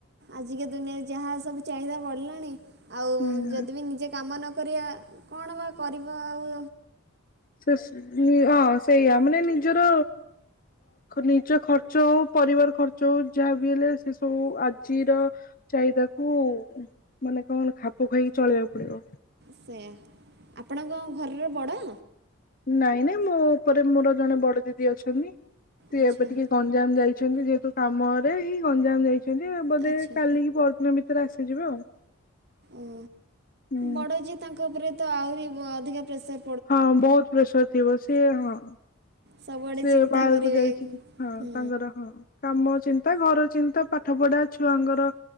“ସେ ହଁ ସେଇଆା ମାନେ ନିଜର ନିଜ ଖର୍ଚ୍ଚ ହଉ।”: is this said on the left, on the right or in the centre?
Left